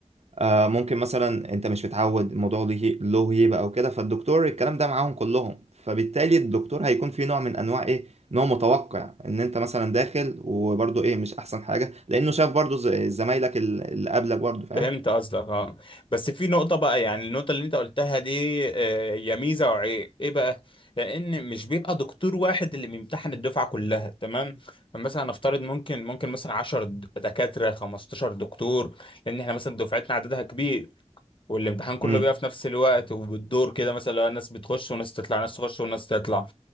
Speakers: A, on the right; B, on the left.
A: آه ممكن مثلا انت مش متعود الموضوع له له هيبه او كده فالدكتور الكلام ده معاهم كلهم فبالتالي الدكتور هيكون في نوع من انواع ايه نوع متوقع ان انت مثلا داخل وبرضه ايه مش احسن حاجه لانه شاف برضه ز- زمايلك ال- اللي قبلك برضه فاهم
B: فهمت قصدك اه بس في نقطة بقى يعني النقطة اللي أنت قلتها دي آه، هي ميزة وعيب إيه بقى؟ لأن مش بيبقى دكتور واحد اللي بيمتحن الدفعة كلها تمام؟ فمثلا نفترض ممكن ممكن مثلا 10 دكاترة 15 دكتور لأن إحنا مثلا دفعتنا عددها كبير والامتحان كله
A: امم
B: بيبقى في نفس الوقت وبالدور كده مثلا لو ناس بتخش وناس تطلع ناس تخش وناس تطلع